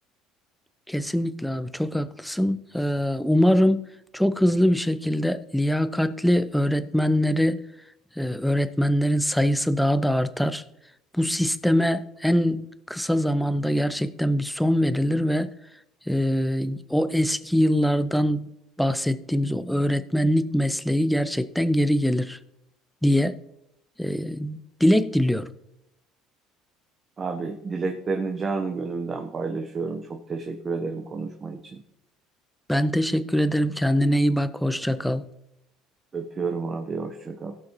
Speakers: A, in the centre; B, on the right.
A: Kesinlikle abi çok haklısın. Ee, umarım çok hızlı bir şekilde liyakatli öğretmenleri, e, öğretmenlerin sayısı daha da artar. Bu sisteme en kısa zamanda gerçekten bir son verilir ve e, o eski yıllardan bahsettiğimiz o öğretmenlik mesleği gerçekten geri gelir diye Ee, dilek diliyorum.
B: Abi dileklerini canı gönülden paylaşıyorum. Çok teşekkür ederim konuşman için.
A: Ben teşekkür ederim. Kendine iyi bak. Hoşça kal.
B: Öpüyorum abi. Hoşça kal.